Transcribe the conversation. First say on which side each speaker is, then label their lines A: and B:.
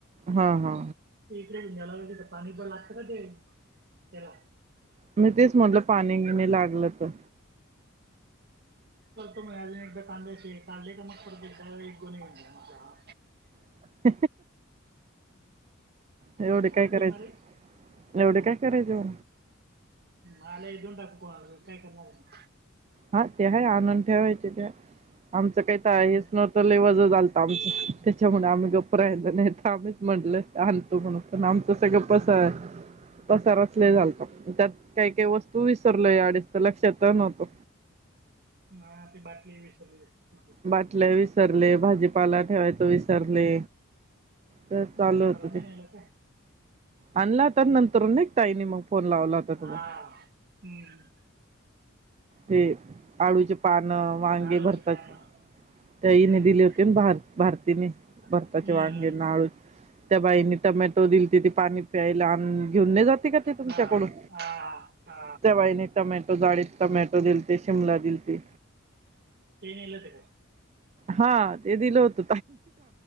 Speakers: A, on the right (about 30°); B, on the right (about 50°).
A: हा हा
B: याला म्हणजे पाणी पण लागतं ना ते त्याला.
A: मी तेच म्हटलं पाणी बिणी लागलं तर
B: अज एकदा कांद्याचे काढले का मग पडते एक गोणी हा
A: <inaudible> एवढे
B: भरपूर
A: काय
B: देणार
A: करायचे
B: आहे
A: एवढे काय करायचे?
B: मला देऊन टाकू कोणार काय करणार आहे ना
A: हा ते ह आनून ठेवायचे त्या आमचं काही तर
B: हम्म
A: हेच नव्हत लय वज झालतं आमचं त्याच्यामुळे आम्ही गप्प राहिलो नाहीेतर आम्हीच म्हटलं आणतो म्हणून पण आमचं सगळ पसर पसारा लई झालता. त्यात काही काही वस्तू विसरलो आणि तर लक्षात नव्हत.
B: ना ती बाटली हे विसरली तिची.
A: बाटल्यावीसरल्या विसरले भाजीपाला, ठेवायच विसरले, तर चालू
B: भाजीपाला
A: होत
B: नाही
A: ते.
B: नेला काय
A: आनला तर् नंतर न एक ताईन मग फोन लावला होता
B: हा
A: तुम्हा
B: हम्म
A: ते आळूचे पानं, वांगे
B: आळूची
A: भरताची
B: पानं
A: ताईने
B: हम्म
A: दिले
B: हम्म
A: होते भार भारतीने भरताचे
B: हम्म
A: वांगे
B: हम्म
A: आळू त्या बाईने टमॅटो दिली ति ती पाणी प्यायला घेऊन नाही जाते का ते तुमच्याकडून
B: हा हा हा
A: त्या बाईने टमॅटो जाडीत टमॅटो दिलते. ते शिमला दिलते
B: टेनल ते काय
A: हा ते दिलं होत.